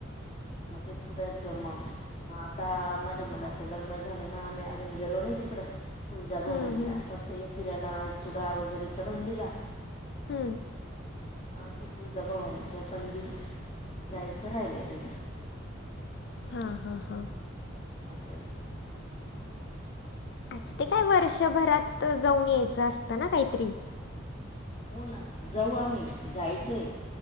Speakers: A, on the left; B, on the left.
A: मग ते चुड्याचं मग मग आता माझ्या मुलाचं लग्न झालं ना आम्ही अजून गेलो नाही तिकडं तुळजाभवानीला,
B: हम्म, हम्म,
A: फक्त एक पिऱ्याला एक चुडा वगैरे चढवून दिला
B: हम्म!
A: अ! तिथून दबावानीच बंदिली, जायचं राहिलेलं.
B: हा! हा! हा!
A: असाय
B: अच्छा! ते काय वर्षभरात जाऊन यायचं असतं ना काहीतरी?
A: हो ना! जाऊ आम्ही. जायचंय.